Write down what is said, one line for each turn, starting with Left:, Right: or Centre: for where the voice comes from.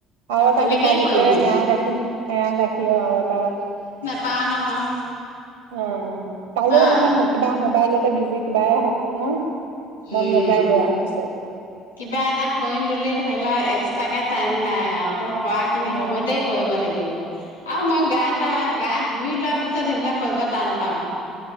Right: আৰু এটা
Left: তেনেকেই
Right: শিকাই দিছে
Left: কৰিবি।
Right: এ য়া গাখীৰ এয়া গাখীৰ আৰু এটা।
Left: পা নহয়।
Right: অ পালেওঁ
Left: হয়।
Right: মানে কিবা মোবাইল- তে বিজি কিবাই হপ ন মন
Left: উম
Right: নাযায়গৈ আৰু পিছত
Left: কিবা এটা কৰিম বুলি ধৰি ল এক্সট্ৰাকৈ টাইম নাই আওঁ তক কৰা খিনি
Right: অ
Left: সময়তে কৰিব লাগিব আৰু মই গা ধোৱা গা ধুই লোৱাৰ পিছত সেইবিলাক কৰিব টান পাওঁ।